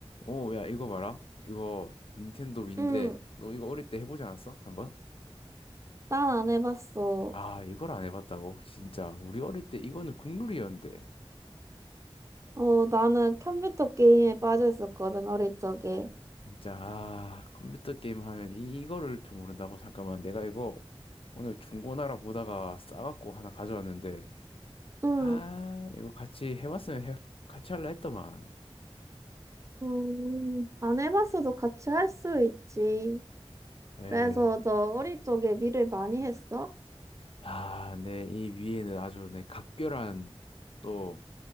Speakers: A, on the left; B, on the right.
A: 오, 야, 이거 봐라. 이거 닌텐도 위인데,
B: 응,
A: 너 이거 어릴 때 해보지 않았어? 한번?
B: 난 안 해봤어.
A: 아, 이걸 안 해봤다고? 진짜, 우리 어릴 때 이거는 국룰이었는데.
B: 어, 나는 컴퓨터 게임에 빠져 있었거든, 어릴 적에.
A: 진짜, 아, 컴퓨터 게임 하면 이, 이거를 좀 모른다고? 잠깐만, 내가 이거 오늘 중고나라 보다가 싸갖고 하나 가져왔는데,
B: 응,
A: 아, 이거 같이 해봤으면 해, 같이 할라 했더만.
B: 음, 안 해봤어도 같이 할 수 있지.
A: 에이,
B: 그래서 너 어릴 적에 일을 많이 했어?
A: 아, 내 이 위에는 아주 내 각별한 또